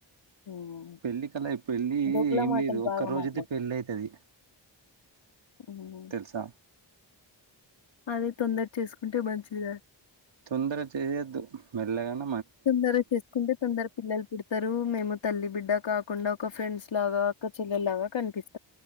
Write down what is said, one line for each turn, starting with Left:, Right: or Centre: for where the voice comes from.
Left: ఉమ్,
Right: పెళ్లి కల పెళ్ళి
Left: బొగ్గుల
Right: ఏం
Left: మాటలు
Right: లేదు ఒక్క
Left: బాగా
Right: రోజైతే
Left: మాట్లాడు
Right: పెళ్ళి అయితది
Left: ఉమ్.
Right: తెలుసా
Left: అదే తొందర చేసుకుంటే మంచిదని
Right: తొందర చేయద్దు మెల్లగాన
Left: తొందరగ చేసుకుంటే తొందరగ పిల్లలు పుడతారు మేము తల్లి బిడ్డ కాకుండా ఒక ఫ్రెండ్స్ లాగా అక్క చెల్లెల్ లాగా కనిపిస్